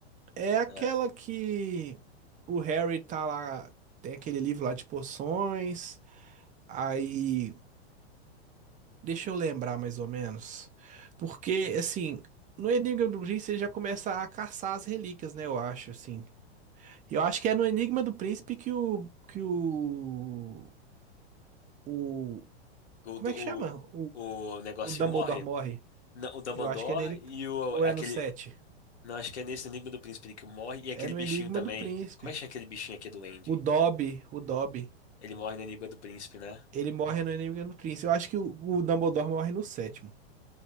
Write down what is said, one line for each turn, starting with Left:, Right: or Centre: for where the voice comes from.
Right: É aquela
Left: É.
Right: que o Harry tá lá, tem aquele livro lá de poções. Aí, deixa eu lembrar mais ou menos. Porque, assim, no Enigma do Príncipe ele já começa a caçar as relíquias, né? Eu acho, assim. Eu acho que é no Enigma do Príncipe que o. Que o. O.
Left: O,
Right: Como
Left: do-
Right: é que chama? O,
Left: o, o negocinho
Right: o Dumbledore
Left: morre.
Right: morre.
Left: Não, O Dumbledore
Right: Eu acho que é nele.
Left: e o
Right: Ou
Left: aquele.
Right: é no 7?
Left: Não, acho que é nesse no Enigma do Príncipe que morre. E aquele
Right: É no
Left: bichinho
Right: Enigma
Left: também.
Right: do Príncipe.
Left: Como é que chama aquele bichinho aqui do Andy?
Right: O Dobby, o Dobby.
Left: Ele morre no Enigma do Príncipe, né?
Right: Ele morre no Enemy no Prince. Eu acho que o, o Dumbledore morre no sétimo.